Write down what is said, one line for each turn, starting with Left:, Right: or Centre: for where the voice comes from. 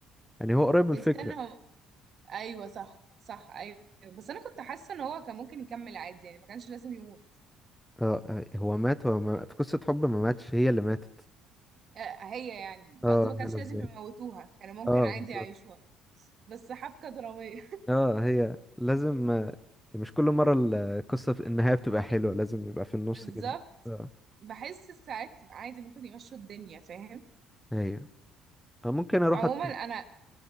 Centre: يعني هو قريب من الفكرة
Right: استنى هم ايوه صح صح ايوه بس انا كنت حاسة ان هو كان ممكن يكمل عادي يعني ما كانش لازم يموت
Centre: اه آه، هو مات هو ما... في قصة حب ما ماتش هي اللي ماتت
Right: آه، هي يعني
Centre: اه
Right: قصدي ما كانش
Centre: هنا
Right: لازم
Centre: ازاي
Right: يموتوها كانوا ممكن
Centre: اه
Right: عادي
Centre: بالظبط
Right: يعيشوها بس حبكة درامية
Centre: اه هي لازم آه، مش كل مرة ال- القصة في النهاية بتبقى حلوة لازم يبقى في النص
Right: بالظبط
Centre: كده اه
Right: بحس ساعات عادي ممكن يمشوا الدنيا فاهم
Centre: ايوه آه، ممكن اروح
Right: عموما
Centre: أت...
Right: انا